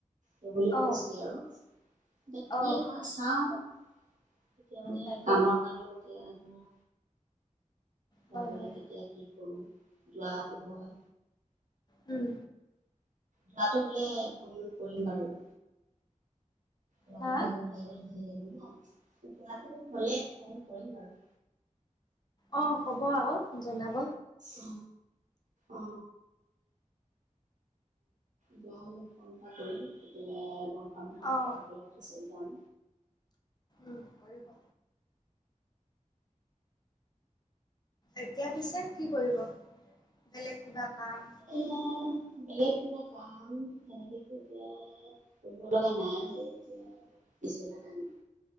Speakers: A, on the right; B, on the left.
A: সেইবুলি কৈছিলে
B: অঁ
A: আৰু এয়া কি
B: অঁ
A: হয় চাওঁ। এতিয়া মানে
B: তাকে
A: কামৰ কাৰণে
B: হয়
A: যাবলে
B: হয়
A: কেতিয়া কি কৰোঁ যোৱাটো হয়।
B: উম।
A: যোৱাটো হলে ফোন কৰিম বাৰু। লগে
B: হা
A: ভাগে ওলাই গলে ভাল লাগিব যোৱাটো হলে ফোন কৰিম বাৰু।
B: অ ক'ব আকৌ জনাব।
A: অ অ। যোৱা হলে ফোন এটা কৰিম তেতিয়া পাম ন
B: অহ।
A: একেলগতে যাম।
B: উম কৰিব। এতিয়া পিছে কি কৰিব বেলেগ কিবা কাম
A: অহ বেলেগ কিবা কাম তেনেকেটো এতিয়া কৰিব লগা নাই যে এতিয়া পিছবেলা টাইমত